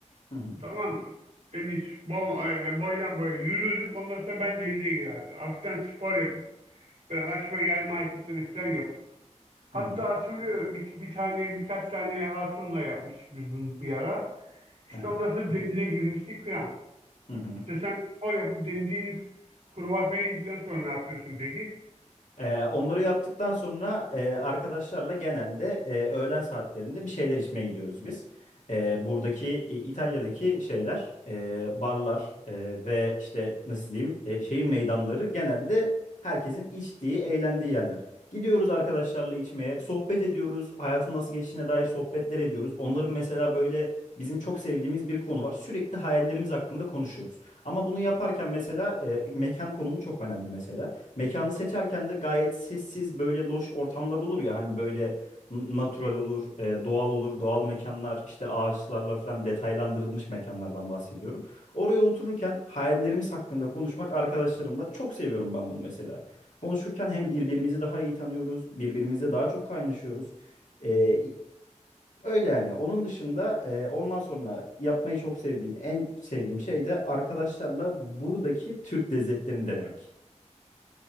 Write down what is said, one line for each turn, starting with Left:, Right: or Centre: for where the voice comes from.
Left: Hı hı
Right: Tamam mı? Deniz bo- e, boydan boya yürürdük. Ondan sonra ben denize girerdim. Hafiften spor yapıp böyle açma gel hareketleri falan yapıp. Hatta
Left: hı hı.
Right: hatırlıyorum bir, bir tane birkaç tane hatunla yapmıştık biz bunu bir ara. İşte
Left: Aha,
Right: ondan sonra denize girmiştik falan.
Left: hı hı.
Right: İşte sen spor yapıp denize inip kruvasan yedikten sonra ne yapıyorsun peki?
Left: Ee, onları yaptıktan sonra e, arkadaşlarla genelde e, öğlen saatlerinde bir şeyler içmeye gidiyoruz biz. E, buradaki e, İtalya'daki şeyler, e, barlar e, ve işte nasıl diyeyim e, şehir meydanları genelde herkesin içtiği, eğlendiği yerler. Gidiyoruz arkadaşlarla içmeye, sohbet ediyoruz, hayatın nasıl geçtiğine dair sohbetler ediyoruz. Onların mesela böyle bizim çok sevdiğimiz bir konu var. Sürekli hayallerimiz hakkında konuşuyoruz. Ama bunu yaparken mesela e, mekan konumu çok önemli mesela. Mekanı seçerken de gayet sessiz böyle loş ortamlar olur ya hani böyle n- natural
Right: Evet.
Left: olur, e, doğal olur, doğal mekanlar işte ağaçlarla falan detaylandırılmış mekanlardan bahsediyorum. Oraya otururken hayallerimiz hakkında konuşmak arkadaşlarımla çok seviyorum ben bunu mesela. Konuşurken hem birbirimizi daha iyi tanıyoruz, birbirimizle daha çok kaynaşıyoruz. E, öyle yani. Onun dışında e, ondan sonra yapmayı çok sevdiğim, en sevdiğim şey de arkadaşlarla buradaki Türk lezzetlerini denemek.